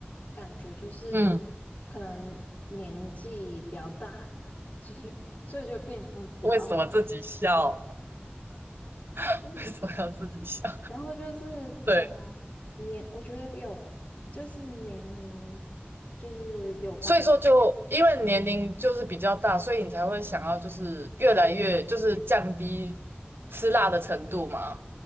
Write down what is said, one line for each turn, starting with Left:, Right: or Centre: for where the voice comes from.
Left: 感觉就是可能年纪比较大，
Right: 嗯，
Left: 所以所以就变成比较没有，
Right: 为什么自己笑？<laughs>
Left: 就是
Right: 为什么要自己笑？
Left: 然后就是嗯、
Right: 对，
Left: 呃年我觉得有就是年龄就是有关年龄，
Right: 所以说就因为年龄就是比较大，所以你才会想要就是越来越就是降低吃辣的程度嘛。